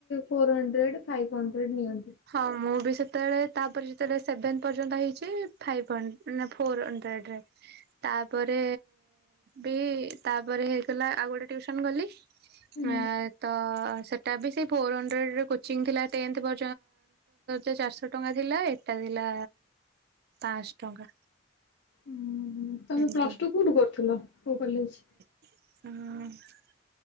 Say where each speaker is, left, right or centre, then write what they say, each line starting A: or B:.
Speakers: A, on the left; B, on the right.
A: ଫୋର ହଣ୍ଡ୍ରେଡ୍‌, ଫାଇଭ୍ ହଣ୍ଡ୍ରେଡ୍‌ ନିଅନ୍ତି।
B: ହଁ, ମୁଁ ବି ସେତେବେଳେ, ତାପରେ ଯେତେବେଳେ ସେଭେନ୍‌ ପର୍ଯ୍ୟନ୍ତ ହେଇଛି, ଫାଇଭ୍ ହ ନା ଫୋର୍ ହଣ୍ଡ୍ରେଡ୍‌ ରେ। ତାପରେ ବି, ତାପରେ ହେଇଗଲା ଆଉ ଗୋଟେ ଟ୍ୟୁସନ୍‌ ଗଲି ଆଁ,
A: ହୁଁ
B: ତ, ସେଟା ବି ସେ ଫୋର୍ ହଣ୍ଡ୍ରେଡ୍‌ ର କୋଚିଂ ଥିଲା, ଟେନ୍‌ଥ <unintelligible> ଚାରିଶହ ଟଙ୍କା ଥିଲା, ଏଟା ଥିଲା ପାଁଶ ଟଙ୍କା।
A: ଉଁ, ହୁଁ, ତମେ
B: ଏମିତି।
A: ପ୍ଲସ ଟୁ କୋଉଠୁ କରୁଥିଲ, କୋଉ କଲେଜ?
B: ହଁ।